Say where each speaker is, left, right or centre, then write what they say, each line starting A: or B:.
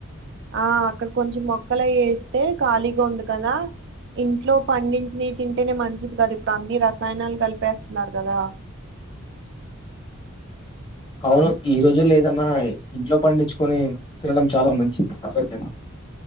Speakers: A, on the right (about 55°); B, on the left (about 25°).
A: ఆ అక్కడ కొంచెం మొక్కలయి ఏస్తే ఖాళీగా ఉంది కదా ఇంట్లో పండించినవి తింటేనే మంచిది కద ఇప్పుడు అన్ని రసాయనాలు కలిపేస్తనారు కదా
B: అవును ఈ రోజుల్లో ఏదన్నా ఇంట్లో పండించుకొని తినడం చాలా మంచిది <inaudible>